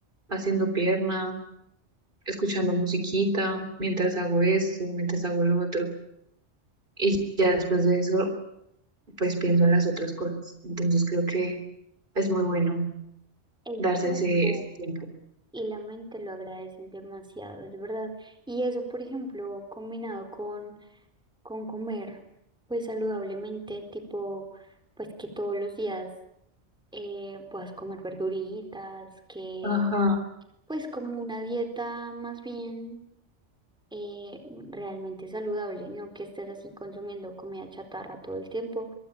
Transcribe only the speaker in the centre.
El
cuerpo
y la mente lo agradecen demasiado, es verdad. Y eso, por ejemplo, combinado con, con comer, pues saludablemente, tipo, pues que todos los días eh, puedas comer verduritas, que
pues como una dieta más bien eh, realmente saludable, no que estés así consumiendo comida chatarra todo el tiempo.